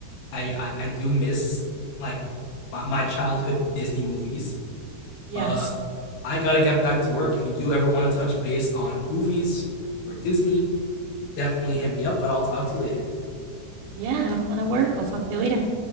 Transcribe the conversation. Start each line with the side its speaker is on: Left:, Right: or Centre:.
Left: I I, I do miss like my, my childhood Disney movies,
Right: yes.
Left: but I gotta get back to work. If you do ever want to touch base on movies or Disney, definitely hit me up, but I'll talk to you later.
Right: Yeah, have fun at work, I'll talk to you later.